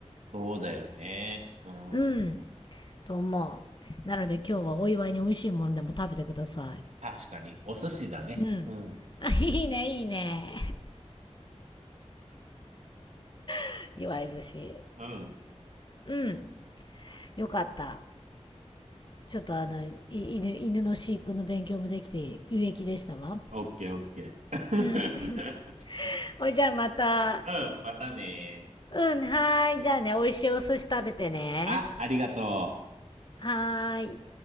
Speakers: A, on the right; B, on the left.
A: そうだよね。うん。
B: うん、と思う。なので今日はお祝いに美味しいものでも食べてください。
A: 確かに。お寿司だね。
B: うん。
A: うん。
B: あいいね、いいね。<laughs> 祝い寿司。
A: うん。
B: うん。よかった。ちょっとあの、犬、犬の飼育の勉強もできて有益でしたわ。
A: オッケーオッケー。
B: うん。<laughs> ほいじゃあまた。
A: <laughs> うん、またね。
B: うん、はーい。じゃあね、美味しいお寿司食べてね。
A: あ、ありがとう。
B: はーい。